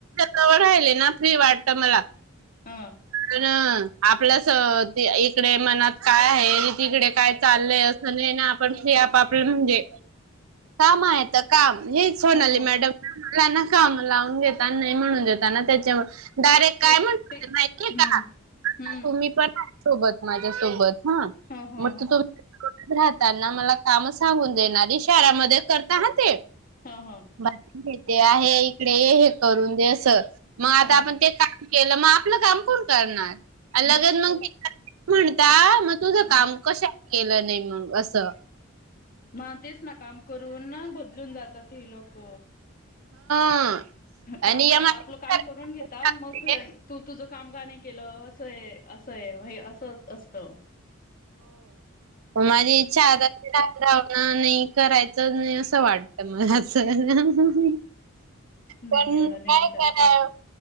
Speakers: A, on the right; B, on the left.
A: <inaudible> राहिले ना फ्री वाटत मला
B: ह
A: <inaudible> आपल्या इकडे मनात काय आहे तिकडे काय चालय असं नाही ना आपण हे आपआपलं म्हणजे काम आहे तर काम हे सोनाली
B: हो
A: मॅडम <inaudible> काम लावून घेतता नाही म्हणून देेतताना त्याच्या डायरेक्ट काय
B: तेच
A: म्हण
B: ते
A: माहितीय
B: हम्म
A: का
B: हम्म
A: तुम्ही पण सोबत माझ्यासोबत हा
B: ह ह
A: मग
B: ह
A: त तुम् राहतना मला काम सांगून देणारी शहरामध्ये करता ह ते
B: ह
A: ब घेते आहे इकडे हे करून देस मग आता
B: ह ह
A: आपण ते का केलं मग आपलं काम कोण करणार <unintelligible>
B: बरोबर आहे
A: म्हणता. मग तुझं
B: अ
A: काम कशा केलं नाही मग असं
B: ना तेच ना काम करून ना बदलून जातात ही लोक
A: हा.
B: काम
A: आणि या
B: का
A: माझ्या
B: आपलं काम करून घेता मग तू तुझं काम का नाही केलं असं आहे. असंय व्हय असंच असत.
A: ग माझी इच्छा आता <inaudible> नाही करायचं नाही असं वाटत मला तर,
B: नाही
A: पण
B: एवढा नाही
A: काय
B: विचार
A: करा
B: करायचा